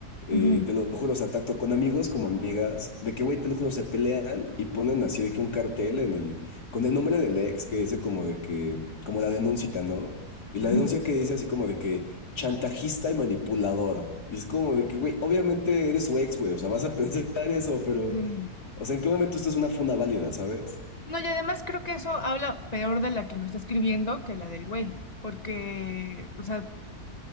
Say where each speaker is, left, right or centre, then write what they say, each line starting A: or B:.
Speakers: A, on the left (about 80°); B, on the left (about 35°).
A: eh,
B: ujú.
A: te lo juro, o sea, tanto con amigos como amigas, de que, güey, te lo juro, se pelean y ponen así de que un cartel en el, con el nombre del ex que dice como de que, como la denuncia, ¿no? Y
B: <laughs>
A: la denuncia que dice así como de que chantajista y manipulador. Y es como de que, güey, obviamente eres su ex, güey, o sea, vas a <laughs> pensar eso, pero,
B: Sí.
A: o sea, ¿en qué momento esto es una funa válida, ¿sabes?
B: No, y además creo que eso habla peor de la que lo está escribiendo que la del güey, porque, o sea,